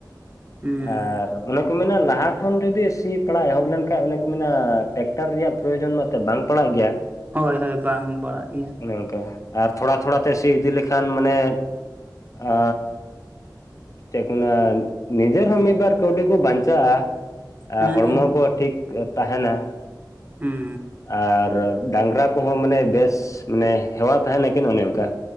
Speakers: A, on the right (about 25°); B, on the left (about 45°).
A: ᱦᱩᱸ
B: ᱟᱨ ᱚᱱᱟ ᱠᱚ ᱢᱮᱱᱟ ᱞᱟᱦᱟ ᱠᱷᱚᱱ ᱡᱩᱫᱤ ᱥᱤ ᱯᱟᱲᱟᱜ ᱮᱦᱚᱵ ᱞᱮᱱᱠᱟᱱ ᱚᱱᱮ ᱠᱚ ᱢᱮᱱᱟ ᱴᱮᱠᱴᱟᱨ ᱨᱮᱭᱟᱜ ᱯᱨᱳᱚᱭᱳᱡᱚᱱ ᱢᱟᱛᱚ ᱵᱟᱝ ᱯᱟᱲᱟᱜ ᱜᱮᱭᱟ
A: ᱦᱳᱭ ᱦᱳᱭ ᱵᱟᱝ ᱯᱟᱲᱟᱜ ᱜᱮᱭᱟ
B: ᱚᱱᱮ ᱚᱱᱠᱟ ᱟᱨ ᱛᱷᱚᱲᱟ ᱛᱷᱚᱲᱟ ᱛᱮ ᱥᱤ ᱤᱫᱤ ᱞᱮᱠᱷᱟᱱ ᱢᱟᱱᱮ ᱟ ᱪᱮᱫᱠᱚ ᱢᱮᱱᱟ ᱱᱤᱡᱮᱨ ᱦᱚᱸ ᱢᱤᱫ ᱵᱟᱨ ᱠᱟᱹᱣᱰᱤ ᱠᱚ ᱵᱟᱧᱪᱟᱜᱼᱟ
A: ᱦᱮᱸ
B: ᱦᱚᱲᱢᱚ ᱠᱚ ᱴᱷᱤᱠ ᱛᱟᱦᱮᱱᱟ
A: ᱦᱩᱸ
B: ᱟᱨ ᱰᱟᱝᱨᱟ ᱠᱚᱦᱚᱸ ᱢᱟᱱᱮ ᱵᱮᱥ ᱢᱟᱱᱮ ᱦᱮᱣᱟ ᱛᱟᱦᱮᱱᱟᱠᱤᱱ ᱚᱱᱮ ᱚᱱᱠᱟ